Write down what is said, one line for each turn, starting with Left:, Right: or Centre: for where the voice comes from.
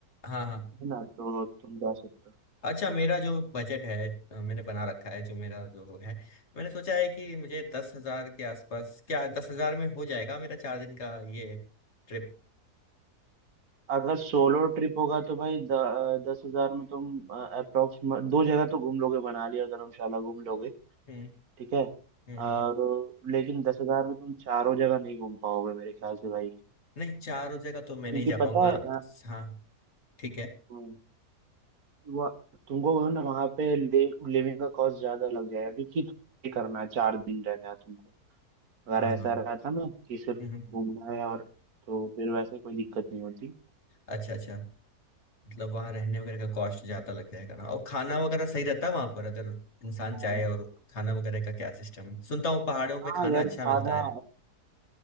Left: हाँ हाँ
Right: है ना तो तुम जा सकते हो
Left: अच्छा मेरा जो बजट है अ, मैंने बना रखा है जो मेरा जो है मैंने सोचा है कि मुझे दस हजार के आसपास क्या दस हजार में हो जाएगा मेरा चार दिन का ये ट्रिप
Right: अगर सोलो ट्रिप होगा तो भाई द, दस हजार में तुम अप्रोक्स दो जगह तो घूम लोगे मनाली और धर्मशाला घूम लोगे
Left: हम्म
Right: ठीक है
Left: हम्म हम्म
Right: और लेकिन दस हजार में तुम चारों जगह नहीं घूम पाओगे मेरे ख्याल से भाई
Left: नहीं चार हो जाएगा तो मैं
Right: क्योंकि
Left: नहीं जा
Right: पता
Left: पाऊंगा
Right: है अ,
Left: हाँ ठीक है
Right: क्योंकि वह- तुमको वह ना वहाँ पे ले, लिविंग का कॉस्ट ज्यादा लग जाएगा क्योंकि तुम्हें करना है चार दिन रहना है तुमको अगर
Left: हाँ
Right: ऐसा
Left: हाँ
Right: रहा था ना कि सिर्फ
Left: हम्म हम्म।
Right: घूमना है और तो फिर वैसे कोई दिक्कत नहीं होती
Left: अच्छा अच्छा मतलब वहाँ रहने वगैरह का कॉस्ट ज्यादा लग जाएगा ना और खाना वगैरह सही रहता है वहाँ पर अगर इंसान
Right: हाँ
Left: जाए और खाना वगैरह का क्या सिस्टम है सुनता हूँ पहाड़ों पे
Right: हाँ
Left: खाना
Right: यार
Left: अच्छा
Right: खाना
Left: मिलता है